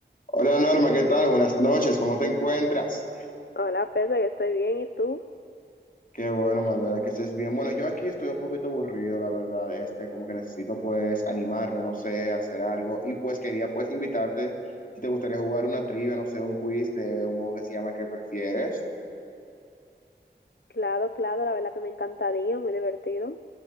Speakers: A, on the left; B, on the left.
A: Hola Norma, ¿qué tal? Buenas noches, ¿cómo te encuentras?
B: Hola, Pedro, yo estoy bien. ¿Y tú?
A: Qué bueno, me alegra que estés bien. Bueno, yo aquí estoy un poquito aburrido, la verdad, este, como que necesito pues animarme, no sé, hacer algo y pues quería pues invitarte si te gustaría jugar una trivia, no sé, un quiz de un juego que se llama ¿Qué prefieres?
B: Claro, claro, la verdad que me encantaría, muy divertido.